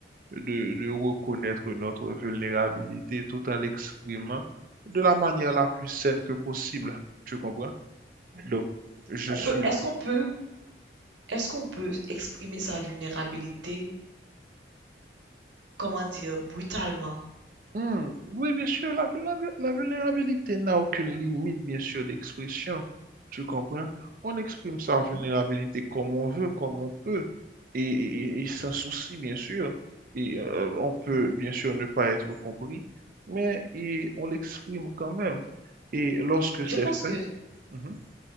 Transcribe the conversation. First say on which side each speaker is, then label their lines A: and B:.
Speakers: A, on the right; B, on the right.
A: de, de reconnaître notre vulnérabilité tout en l'exprimant de la manière la plus saine que possible. Tu comprends?
B: mhm.
A: Donc, je
B: On
A: suis
B: peut, est-ce qu'on peut, est-ce qu'on peut exprimer sa vulnérabilité, comment dire, brutalement?
A: Hmm, Oui, bien sûr, la, vulnéra- la vulnérabilité n'a aucune limite, bien sûr, d'expression. Tu comprends? On exprime sa
B: Mhm,
A: vulnérabilité comme on veut, comme on peut, et, et, et- et sans souci, bien sûr. Et euh, on peut,
B: mhm.
A: bien sûr, ne pas être compris, mais et on l'exprime quand même. Et lorsque
B: Je
A: c'est
B: pense
A: fait,
B: que,
A: mhm,